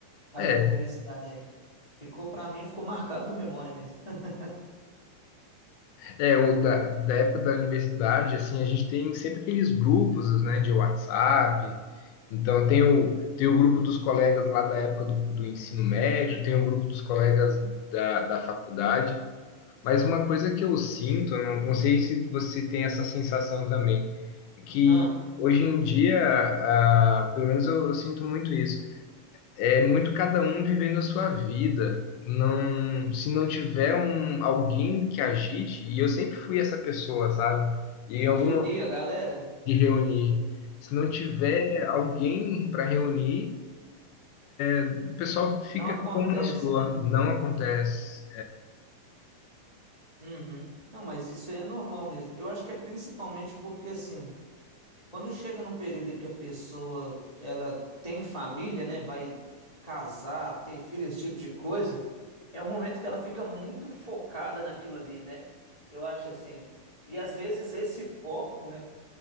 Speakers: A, on the left; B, on the left.
A: A
B: É,
A: época universitária. Ficou pra mim, ficou marcado na memória mesmo. <laughs>
B: é o da, da época da universidade, assim, a gente tem sempre aqueles grupos, né, de WhatsApp. Então, tem o, tem o grupo dos colegas lá da época do, do ensino médio, tem o grupo dos colegas da, da faculdade. Mas uma coisa que eu sinto, não, não sei se você tem essa sensação também, é que
A: Ah,
B: hoje em dia, ah, pelo menos eu, eu sinto muito isso, é muito cada um vivendo a sua vida. Não, se não tiver um, alguém que agite, e eu sempre fui essa pessoa, sabe? E em algum
A: que
B: momento
A: unia a galera?
B: de reunir, se não tiver
A: Uhum.
B: alguém para reunir, o pessoal fica
A: Não acontece,
B: com uma sua,
A: né?
B: não acontece.
A: Uhum. Não, mas isso aí é normal mesmo. Eu acho que é principalmente porque, assim, quando chega num período em que a pessoa, ela tem família, né? Vai casar, ter filho, esse tipo de coisa, é um momento que ela fica muito focada naquilo ali, né? Eu acho assim. E às vezes esse foco, né?